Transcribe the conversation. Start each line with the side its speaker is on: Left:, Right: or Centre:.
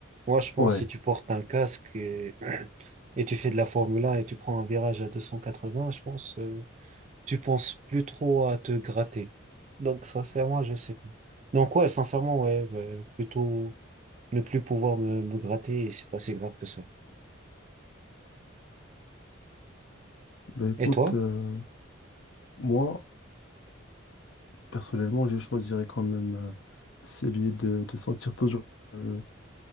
Right: Moi, je pense,
Left: Ouais,
Right: si tu portes un casque et, <clears throat> et tu fais de la Formule 1 et tu prends un virage à 280, je pense, euh, tu penses plus trop à te gratter. Donc, sincèrement, je sais pas. Donc, ouais, sincèrement, ouais, ouais, plutôt ne plus pouvoir me, me gratter et c'est pas si grave que ça.
Left: ben écoute,
Right: Et toi?
Left: euh, moi, Personnellement, je choisirais quand même euh, celui de, de sentir toujours euh,